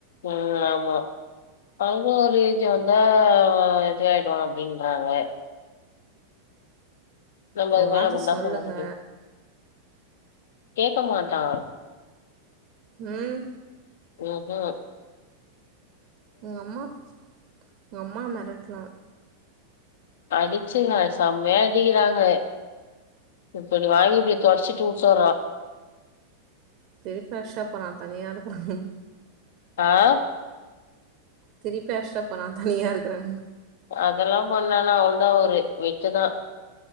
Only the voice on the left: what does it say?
ஆ ஆமா ஆனா ஒரு ஏஜ் வந்தா இதாயிடுவா அப்டின்றாங்க நம்ம
இதுக் மேல
முட்ஞ்சா
சொல்ல மாட்டே கேக்கமாட்டா
உஹம்
அடிச்சுங்க செம்யா அடிக்கிறாங்க இப்டி வாங்கிப்டி தொட்ச்சிட்டு வுட்டுறா
ஆஹ்
அதெல்லா பண்ணானா அவ்ளதா அவ்ரு விட்டுதா